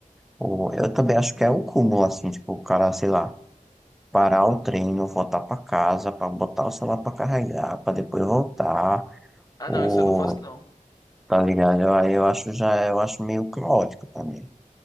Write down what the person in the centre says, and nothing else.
Ou eu também acho que é o cúmulo, assim, tipo, o cara, sei lá, parar o treino, voltar pra casa, pra botar o celular pra carregar, pra depois voltar,
ou
tá ligado? Eu- Aí eu acho já, eu acho meio caótico também.